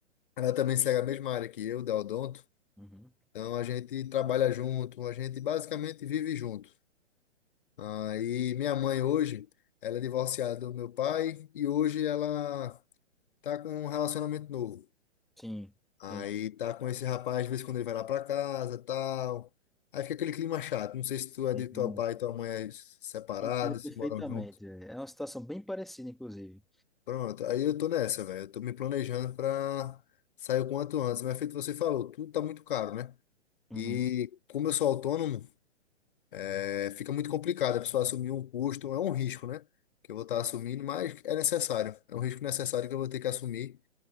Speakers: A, on the left (about 45°); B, in the centre.
A: Ela também segue a mesma área que eu, da Odonto.
B: Uhum.
A: Então a gente trabalha junto, a gente basicamente vive junto. Aí minha mãe hoje, ela é divorciada do meu pai e hoje ela tá com um relacionamento novo.
B: Sim,
A: Aí
B: entendi.
A: tá com esse rapaz, de vez em quando ele vai lá pra casa, tal. Aí fica aquele clima chato. Não sei se tu é
B: Irmão,
A: de teu pai e tua mãe é separados,
B: Entendo perfeitamente,
A: se moram juntos.
B: velho. É uma situação bem parecida, inclusive.
A: Pronto, aí eu tô nessa, velho. Eu tô me planejando pra sair o quanto antes. Mas é feito você falou, tudo tá muito caro, né?
B: Uhum.
A: E como eu sou autônomo, é, fica muito complicado a pessoa assumir um custo, é um risco, né? Que eu vou estar assumindo, mas é necessário. É um risco necessário que eu vou ter que assumir,